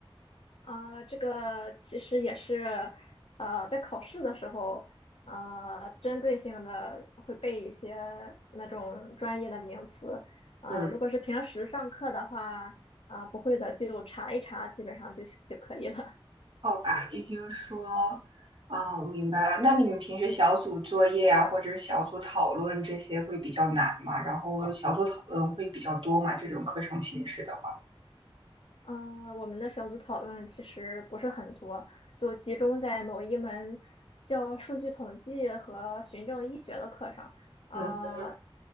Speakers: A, on the left; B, on the right.
A: 啊、这个其实也是，呃，在考试的时候，呃，针对性的会背一些那种专业的名词，啊、
B: 嗯。
A: 如果是平时上课的话，啊、不会的就查一查，基本上就就可以了。
B: 好吧，也就是说，啊，我明白了。那你们平时小组作业啊，或者是小组讨论这些会比较难吗？然后小组讨论会比较多吗？这种课程形式的话，
A: 嗯，呃我们的小组讨论其实不是很多，就集中在某一门叫数据统计和循证医学的课上。呃，
B: 嗯